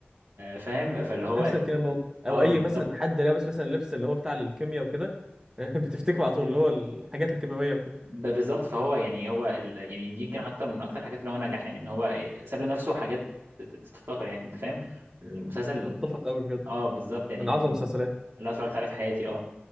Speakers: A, on the right; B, on the right.
A: فاهم فاللي هو
B: نفس
A: ال...
B: الكلام برضه او
A: اه
B: اي
A: بالظبط
B: مثلا حد لابس مثلا لبس اللي هو بتاع الكيمياء وكده <laughs> بتفتكره على طول اللي هو الحاجات الكيماويه وكده
A: ب- بالظبط فهو يعني هو ال... يعني دي يمكن اكتر من اكتر حاجات اللي هو نجح يعني ان هو إيه، ساب لنفسه حاجات ت- ت- تفتكر يعني انت فاهم المسلسل
B: اتفق قوي بجد
A: اه بالظبط يعني
B: من
A: يمكن
B: اعظم المسلسلات
A: اللي أنا اتفرجت عليه في حياتي اه